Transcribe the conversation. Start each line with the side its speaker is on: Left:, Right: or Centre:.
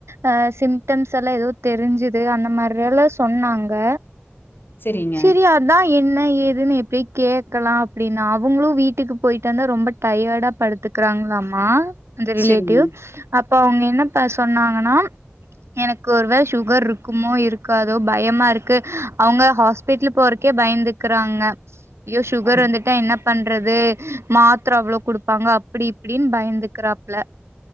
Right: ஆ சிம்டம்ஸ் எல்லா ஏதோ தெரிஞ்சுது அந்தமாரி எல்லா சொன்னாங் க
Left: சரிங்க,
Right: செரி அ அதுதா என்ன ஏதுன்னு எப்டி கேக்லா அப்டின்னா அவுங்களு வீட்டுக்கு போயிட்டு வந்தா ரொம்ப டயார்ட படுத்து க்கறாங்ளாமா அந்த ரிலேட்டிவ்
Left: சரிங்க.
Right: அப்ப அவுங்க என்னப்ப சொன்னாங்கனா எனக் ஒருவேள சுகர்ருக்குமோ இருக்காதோ பயமாருக் கு அவுங்க ஹாஸ்பிட்லு போறக்கே பயந்துக்றாங்க ஐயோ சுகர்
Left: அப்
Right: வந்துட்டா என்ன பண்றது மாத்தர அவ்ளோ குடுப்பாங்க அப்டி இப்டின் பயந்துக்றாப்ல